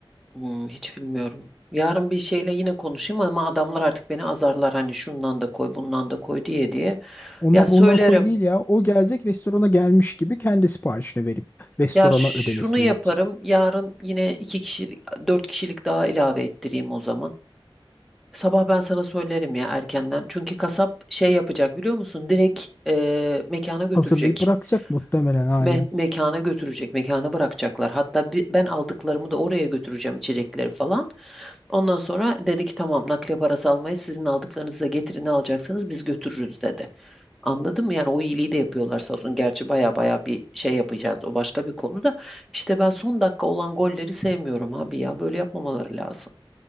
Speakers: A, in the centre; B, on the left.
A: Hmm, hiç bilmiyorum. Yarın bir şeyle yine konuşayım ama adamlar artık beni azarlar hani şundan da koy bundan da koy diye diye.
B: Ondan
A: Ya söylerim.
B: bundan koy değil ya. O gelecek restorana gelmiş gibi kendi siparişini verip restorana
A: Ya şunu
B: ödemesini
A: yaparım.
B: yapacak.
A: Yarın yine iki kişilik, dört kişilik daha ilave ettireyim o zaman. Sabah ben sana söylerim ya erkenden. Çünkü kasap şey yapacak biliyor musun? Direkt e, mekana götürecek.
B: Hazırlayıp bırakacak muhtemelen aynen.
A: Me- mekana götürecek. Mekana bırakacaklar. Hatta bi- ben aldıklarımı da oraya götüreceğim içecekleri falan. Ondan sonra dedi ki tamam nakliye parası almayız. Sizin aldıklarınızı da getirin ne alacaksınız biz götürürüz dedi. Anladın mı? Yani o iyiliği de yapıyorlar sağ olsun. Gerçi baya baya bir şey yapacağız. O başka bir konuda. İşte ben son dakika olan golleri sevmiyorum abi ya. Böyle yapmamaları lazım.